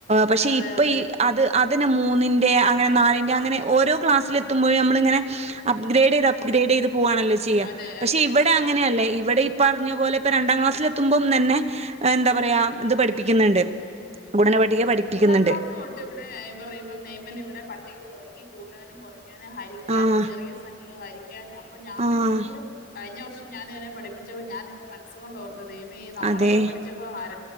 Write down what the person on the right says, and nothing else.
പക്ഷെ
ഇപ്പ
ഈ അത് അതിനെ മൂന്നിന്റെ അങ്ങനെ ന്നാലിന്റെ അങ്ങനെ ഓരോ ക്ലാസില് തുംമ്പഴ് ഞമ്മള്ങ്ങനെ അപ്‌ഗ്രേഡീത് അപ്ഗ്രേഡീത് പുവാണല്ലോ ചിയ്യാ
പക്ഷെ
ഇവടെ അ അങ്ങനെയല്ലേ ഇവടെ ഈ പർഞ്ഞ പോലെ ഇപ്പ രണ്ടാം ക്ലാസ്സിലത്തുമ്പം തന്നെ എന്താ പറയാ ഇത് പഠിപ്പിക്കുന്ന്ണ്ട് ഗുണന പട്ടിക പഠിപ്പിക്കുന്ന്ണ്ട്.
ആഹ്
ആഹ്
അതെ